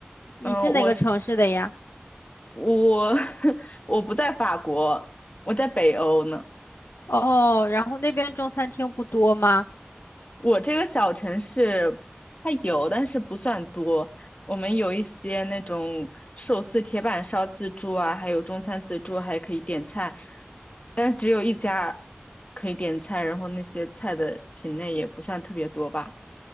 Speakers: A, on the left (about 75°); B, on the left (about 35°).
A: 你是哪个城市的呀？
B: 嗯，我是我 <laughs> 我不在法国，我在北欧呢。
A: 哦，然后那边中餐厅不多吗？
B: 我这个小城市它有，但是不算多。我们有一些那种寿司铁板烧自助啊，还有中餐自助，还可以点菜，但是只有一家可以点菜，然后那些菜的品类也不算特别多吧。